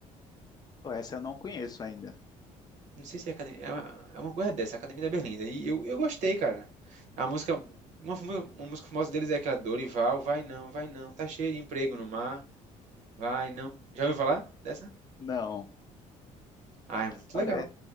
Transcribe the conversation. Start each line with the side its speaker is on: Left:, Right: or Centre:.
Left: Essa eu não conheço ainda.
Right: Não sei se é Academia, é uma, é uma coisa dessa, Academia da Berlinda. E eu, eu gostei, cara. A música, uma, uma música famosa deles é aquela Dorival, vai não, vai não, tá cheio de emprego no mar. Vai, não. Já ouviu falar dessa?
Left: Não,
Right: Ah, é muito
Left: Pare.
Right: legal.